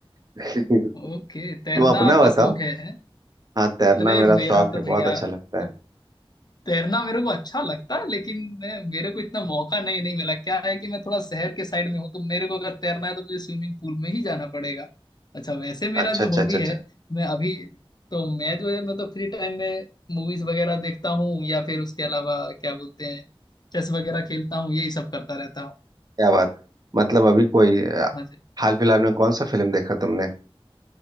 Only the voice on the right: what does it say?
<laughs>
तुम अपना
बताओ
हाँ तैरना
मेरा
शौक
है
बहुत अच्छा लगता
है
अच्छा
अच्छा
अच्छा अच्छा
क्या बात मतलब अभी कोई अ,
हाल फिलहाल में कौन सा फिल्म देखा तुमने